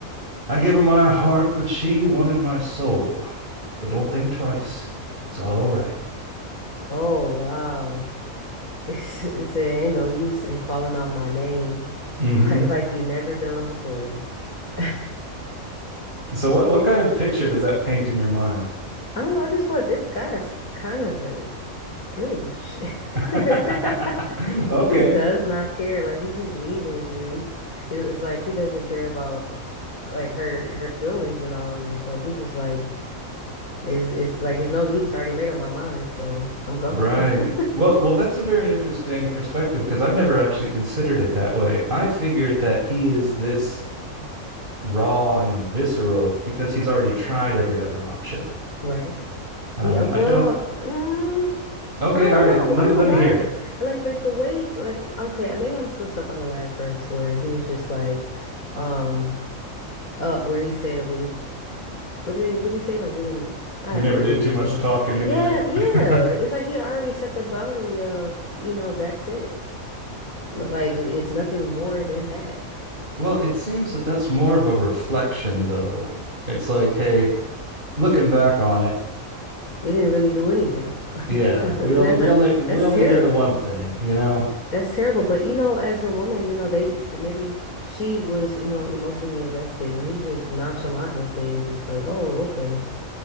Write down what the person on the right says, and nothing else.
I gave her my heart, but she wanted my soul. But don't think twice. It's all right.
Mm-hmm.
So what what kind of picture does that paint in your mind?
<laughs>
Okay.
Right.
Well, well, that's a very interesting perspective because I've never actually considered it that way. I figured that he is this raw and visceral because he's already tried every other option.
Um,
I don't
Okay,
all
right.
Let
me let
me hear
it.
We
never
did
too
much
talking anyway.
<laughs>
well, it seems that that's more of a reflection though. It's like, hey, looking back on it,
yeah, we
only we
only we
only
did the one thing, you know.